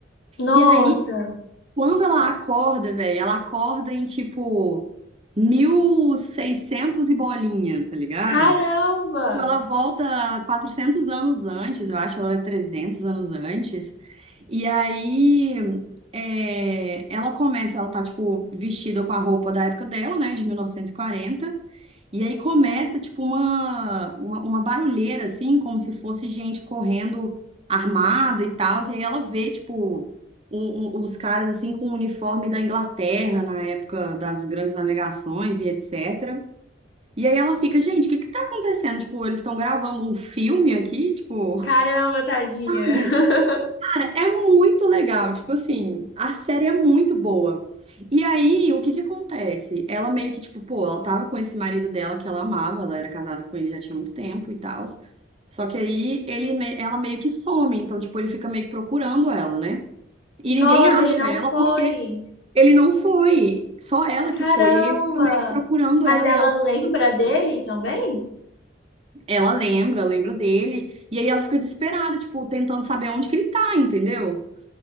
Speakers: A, on the left; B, on the right.
A: Nossa,
B: E aí Quando ela acorda, velho, ela acorda em tipo 1600 e seiscentos e bolinha, tá ligado?
A: caramba!
B: Tipo, ela volta 400 anos antes, eu acho, ela é 300 anos antes. E aí é, ela começa, ela tá tipo vestida com a roupa da época dela, né, de 1940. E aí começa, tipo, uma, uma, uma barulheira, assim, como se fosse gente correndo armado e tal. E aí ela vê, tipo, o- o- os caras, assim, com o uniforme da Inglaterra na época das grandes navegações e etc. E aí ela fica, gente, o que que tá acontecendo? Tipo, eles estão gravando um filme aqui, tipo,
A: Caramba, tadinha.
B: <laughs>
A: <laughs>
B: Cara, é muito legal, tipo assim, a série é muito boa. E aí, o que que acontece? Ela meio que, tipo, pô, ela tava com esse marido dela que ela amava, ela era casada com ele já tinha muito tempo e tal. Só que aí ele, me- ela meio que some, então, tipo, ele fica meio que procurando ela, né? E
A: Nossa,
B: ninguém acha
A: ele não
B: ela
A: foi.
B: porque ele não foi, só ela
A: Caramba.
B: que foi. E aí ele fica meio que procurando
A: Mas
B: ela
A: ela
B: e ela
A: lembra
B: procurando ele.
A: dele também?
B: Ela lembra, lembra dele, e aí ela fica desesperada, tipo, tentando saber onde que ele tá, entendeu?